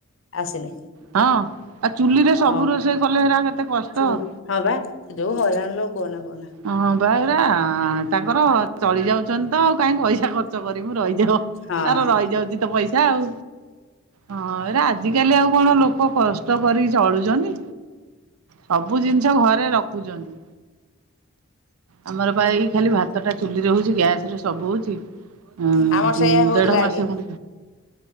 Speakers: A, on the left; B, on the right.
A: ଆସିନି।
B: ହଁ ଆଉ ଚୁଲିରେ ସବୁ
A: ହଁ
B: ରୋଷେଇ କଲେ ହେରା କେତେ କଷ୍ଟ।
A: ତୁ ହଁ ଭାଇ ଯୋଉ ହଇ ରାଣ ଲୋ। କୁହନା କୁହନା
B: ହଁ ପା। ପା ତାଙ୍କର ଚଳି ଯାଉଛନ୍ତି ତ ଆଉ କାହିଁକି ପଇସା ଖର୍ଚ୍ଚ କରି ରହିଯିବ
A: ହଁ।
B: ତାର ରହି ଯାଉଛି ତ ପଇସା ଆଉ। ହଁ ଏରା ଆଜିକାଲି ଆଉ କଣ ଲୋକ କଷ୍ଟ କରିକି ଚଳୁଛନ୍ତି? ସବୁ ଜିନିଷ ଘରେ ରଖୁଛନ୍ତି। ଆମର ବା ଏଇ ଖାଲି ଭାତ ଟା ଚୁଲି ରହୁଛି ଗ୍ୟାସ ରେ ସବୁ ହଉଛି। ଉ
A: ଆମର ସେଇଆ ହଉଥିଲା
B: ଦେଢ ମାସ
A: ଆଗେ
B: ହଁ।